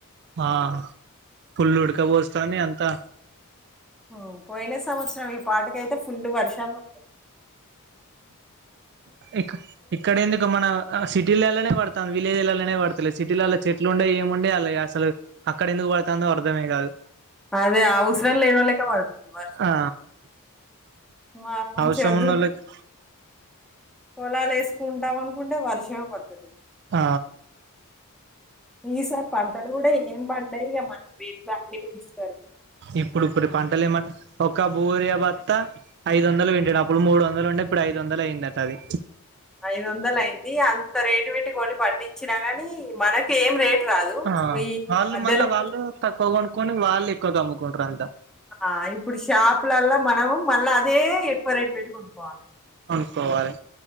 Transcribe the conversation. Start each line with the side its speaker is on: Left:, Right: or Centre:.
Right: ఆ ఫుల్లు ఉడకపోస్తాది అంతా
Centre: ఆ పోయిన సంవత్సరం ఇప్పటికైతే ఫుల్లు వర్షాలు ఉంనై
Right: ఇ ఇక్కడ ఎందుకు మన సిటీలలోనే పడుతాంది విలేజ్లనే పడతాలే సిటీలల్లో చెట్లు ఉండయి ఏముండై అసలు అక్కడ ఎందుకు పడుతు అర్ధమే కాదు
Centre: అదే అవసరం లేనోళ్ళకే పడుతుంది వర్షం.
Right: ఆ
Centre: మా మంచి
Right: అవసరం
Centre: దూ
Right: ఉన్నోళ్ళకి
Centre: పొలాలు వేసుకుంటాం అనుకుంటే వర్షమే పడుతుంది
Right: ఆ
Centre: ఈసారి పంటలు కూడా ఏం పండాయి ఇక మన్కి రీట్లు అన్ని పెంచుతారు
Right: ఇప్పుడు ఇప్పుడు పంటలు ఏమ ఒక బోరియ బత్తా ఐదు వందలు పెట్టాడు అప్పుడు మూడు వందలు ఉండే ఇప్పుడు ఐదు వందలయిదంట అది
Centre: ఐదు వందల అయింది అంత రేటు పెట్టి కొని పండించినా గాని మనక ఏం రేటు రాదు.
Right: ఆ
Centre: ఈ
Right: వాళ్ళు
Centre: మధ్యలో
Right: మళ్ళా
Centre: ఉంటే-
Right: వాళ్ళు తక్కువ కొనుకొని వాళ్ళు ఎక్కువ త అమ్ముకుంటారు అంతా
Centre: ఆ ఇప్పుడు షాపులల్లా మనం మళ్ళా అదే ఎక్కువ రేటు పెట్టి కొనుక్కోవాలి.
Right: చూసుకోవాలే